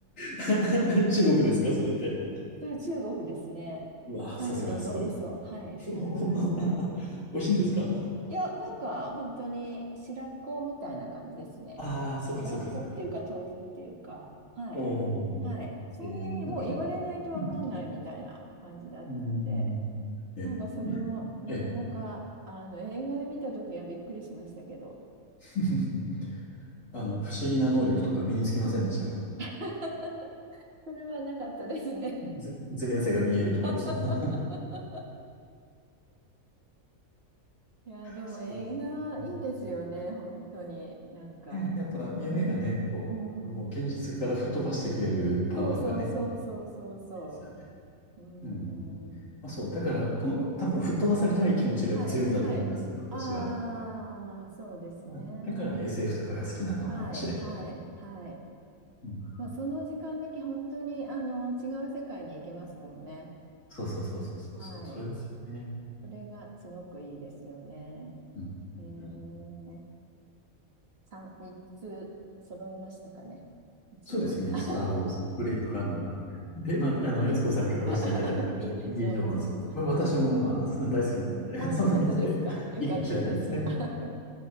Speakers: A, on the left (about 65°); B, on the right (about 45°).
A: <laughs> 中国ですかそれって。
B: それ中国ですね。
A: うわ、
B: 猿の脳みそ、
A: さすが、すごい。
B: はい、
A: <laughs>
B: 食べました。
A: 美味しいんですか
B: いや、なんか本当に白子みたいな感じですね。
A: ああー、そっかそっかそっか。
B: 白子っていうか豆腐っていうか、はい。
A: おうほうほうほう
B: はい。そんなにもう言われないとわかんないみたいな感じだったんで。
A: えーなんか、うん。うーんえ、
B: なんかそれもなかなかあの映画で見た時はびっくりしましたけど、
A: なんかええ。<laughs> あの、不思議な能力とか身につきませんでしたか
B: <laughs> それはなかったですね。
A: ぜ、前世が見えるとか。
B: <laughs>
A: その <laughs>
B: いやー、でも映画はいいですよね、
A: そうですか。うん
B: 本当に。なんか、
A: ねやっぱ夢がね、
B: うん、
A: こう、
B: う
A: もう現実から吹っ飛ばしてくれるパワーがね、
B: ん。そうそうそうそうそうそ
A: いいですよね。
B: う。う
A: うん。
B: ん。
A: まあ、そう。だから、この、多分吹っ飛ばされたい気持ちが強いんだと思うんですね、
B: はい、はい。
A: 私は。
B: ああ、そうですね。
A: まあ、だから SF とかが好きなのかもしれない。
B: はい、はい、はい。
A: うん。
B: まあ、その時間だけ本当にあの違う世界に行けますもんね。
A: そうそうそうそうそうそう、
B: はい。
A: それですよね。
B: それがすごくいいですよね。
A: うん。うんうん
B: えー、3、三つ揃いましたかね。一応。
A: そうですね。
B: <laughs>
A: スター・ウォーズ、ブレードランナー。で、まあ、あの、悦子さんから出していただいたということで、
B: え、<laughs> インディ・
A: インディ・
B: ジョーンズ。
A: ジョーンズ。まあ、私も、まあ、その大好きなので、
B: ああ本当ですか。
A: <laughs> その道でいいかもしれないですね。
B: よかったです。<laughs>